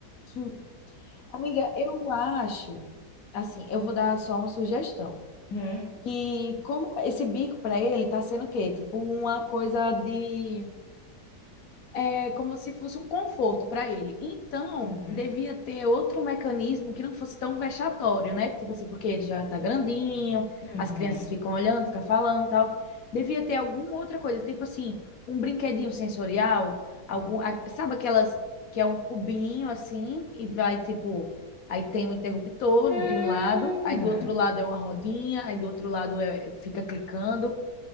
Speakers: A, on the left; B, on the left.
A: Hum. Amiga, eu acho, assim, eu vou dar só uma sugestão.
B: Uhum,
A: Que como esse bico pra ele tá sendo o quê? Tipo uma coisa de é como se fosse um conforto para ele. Então,
B: uhum,
A: devia ter outro mecanismo que não fosse tão vexatório, né? Tipo assim, porque ele já tá grandinho,
B: uhum.
A: as crianças ficam olhando, ficam falando e tal. Devia ter alguma outra coisa, tipo assim, um brinquedinho sensorial, algum, a- sabe aquelas que é um cubinho assim e vai tipo, aí tem um interruptor
B: Hum,
A: de um lado, aí do outro lado é uma rodinha, aí do outro lado é, fica clicando,